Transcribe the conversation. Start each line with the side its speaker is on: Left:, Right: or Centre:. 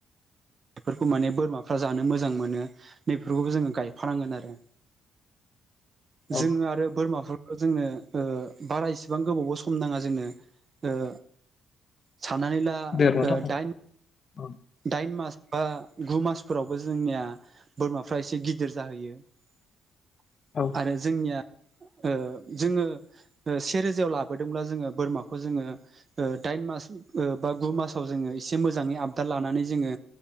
Right: बेफोरखौ माने बोरमाफ्रा जानो मोजां मोनो नैफोरखौबो जोङो गायफानांगोन आरो।
Left: औ
Right: जों आरो बोरमाफोर जोंनो ओ बारा इसिबां गोबावबो सम नाङा जोंनो ओ साननानै ला
Left: <unintelligible>
Right: ओ दाइन दाइन मास बा गु मासफोरावबो जोंनिया बोरमाफ्रा एसे गिदिर जाहैयो। <inaudible>
Left: औ।
Right: बे जोंनिया ओ जोङो से रोजायाव लाबोदोंब्ला जोङो बोरमाखौ जोङो। ओ दाइन मास ओ बा गु मासाव जोङो एसे मोजाङै आ दा लानानै जोङो